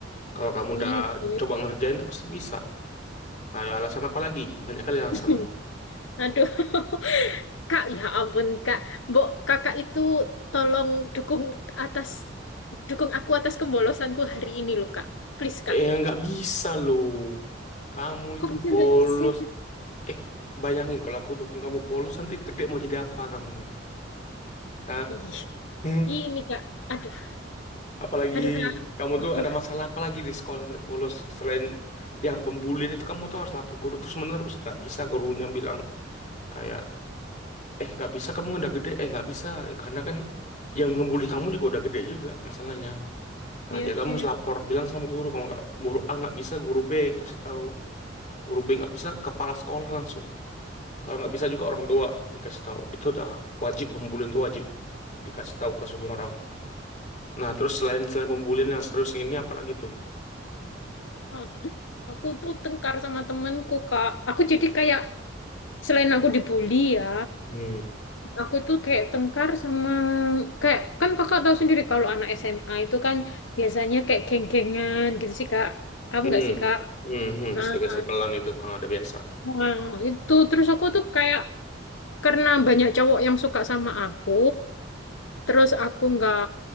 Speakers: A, on the left (about 40°); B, on the left (about 85°).
A: Kalau kamu
B: Iya
A: udah
B: sih.
A: coba ngerjain tuh pasti bisa. Nah, ya, alasan apa lagi? Banyak kali alasanmu.
B: <laughs> Aduh, <laughs> Kak, ya ampun Kak, Mbok Kakak itu tolong dukung atas dukung aku atas kembolosanku hari ini loh Kak. Please Kak.
A: Eh, nggak bisa loh. Kamu itu
B: Kok bisa
A: bolos.
B: nggak bisa?
A: Eh, bayangin kalau aku dukung kamu bolos, nanti gede mau jadi apa kamunya? Hah?
B: Ih.
A: Hmm?
B: Ini Kak, aduh,
A: Apalagi
B: aduh Kak,
A: kamu tuh
B: aduh,
A: ada masalah apa lagi di sekolah sampai bolos selain yang pembulian itu kamu tuh harus lapor guru terus menerus nggak bisa gurunya bilang kayak eh nggak bisa kamu udah gede eh nggak bisa karena kan yang ngebully kamu juga udah gede juga masalahnya Nah,
B: iya
A: jadi kamu
B: sih.
A: harus
B: <laughs>
A: lapor bilang sama guru kalau nggak guru A nggak bisa guru B kasih tahu guru B nggak bisa kepala sekolah langsung kalau nggak bisa juga orang tua dikasih tahu itu udah wajib pembulian itu wajib dikasih tahu ke semua orang nah terus selain selain pembulian yang serius ini apalagi tuh
B: Ah, Aku tuh tengkar sama temenku Kak. Aku jadi kayak selain aku dibully ya,
A: hmm
B: aku tuh kayak tengkar sama kayak kan Kakak tahu sendiri kalau anak SMA itu kan biasanya kayak geng-gengan gitu sih Kak. Aku
A: hmm
B: nggak sih Kak?
A: hmm, hmm.
B: Nah,
A: segel-segelan itu ah, udah biasa
B: nah, itu terus aku tuh kayak karena banyak cowok yang suka sama aku, terus aku nggak